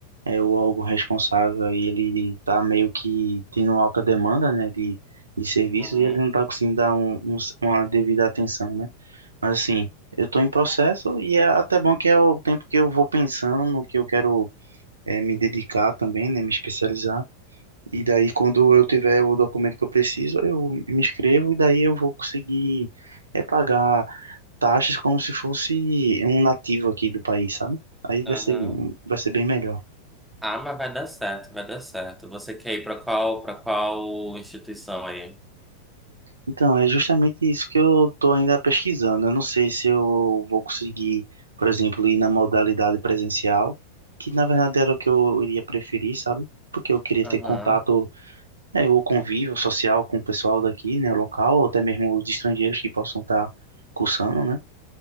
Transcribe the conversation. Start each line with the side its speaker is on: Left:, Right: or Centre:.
Right: é, o órgão responsável aí, ele está meio que tendo alta demanda, né, de, de serviços
Centre: Uhum,
Right: e ele não está conseguindo dar um, um- uma devida atenção, né? Mas assim, eu estou em processo e é até bom que é o tempo que eu vou pensando no que eu quero é, me dedicar também, né, me especializar. E daí, quando eu tiver o documento que eu preciso, eu me inscrevo e daí eu vou conseguir é, pagar taxas como se fosse um nativo aqui do país, sabe? Aí vai
Centre: uhum.
Right: ser, vai ser bem melhor.
Centre: Ah, mas vai dar certo, vai dar certo. Você quer ir pra qual, para qual instituição aí?
Right: Então, é justamente isso que eu estou ainda pesquisando. Eu não sei se eu vou conseguir, por exemplo, ir na modalidade presencial, que na verdade era o que eu iria preferir, sabe? Porque eu queria ter
Centre: Aham.
Right: contato, né, ou convívio social com o pessoal daqui, né, local, ou até mesmo os estrangeiros que possam estar cursando, né?